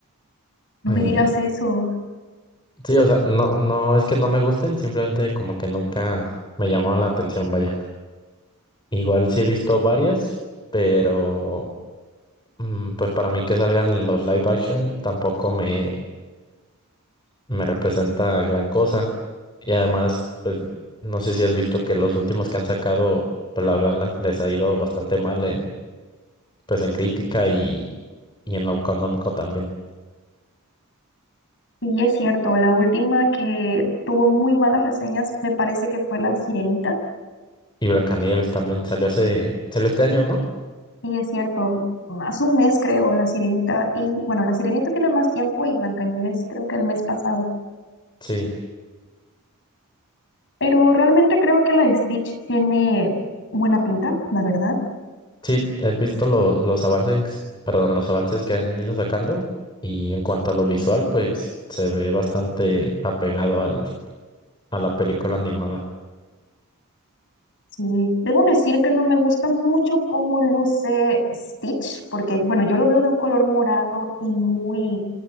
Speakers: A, on the left (about 60°); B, on the left (about 20°).
A: No
B: Eh,
A: me digas eso.
B: sí, o sea, no, no es que no me gusten, simplemente como que nunca me llamaron la atención, vaya. Igual sí he visto varias, pero mm, pues para mí que salgan los live action tampoco me, me representa gran cosa. Y además, pues no sé si has visto que los últimos que han sacado, pues la verdad la- les ha ido bastante mal en, pues en crítica y, y en lo económico también.
A: Y es cierto, la última que tuvo muy malas reseñas me parece que fue La Sirenita.
B: Y Blancanieves también salió hace, salió este año, ¿no?
A: Y es cierto, hace un mes creo, La Sirenita, y bueno, La Sirenita tiene más tiempo y Blancanieves creo que el mes pasado.
B: Sí,
A: Pero realmente creo que la de Stitch tiene buena pinta, la verdad.
B: sí, he visto lo- los avances, perdón, los avances que han ido sacando. Y en cuanto a lo visual, pues se ve bastante apegado al, a la película animada.
A: Sí, debo decir que no me gusta mucho cómo luce Stitch, porque, bueno, yo lo veo de un color morado y muy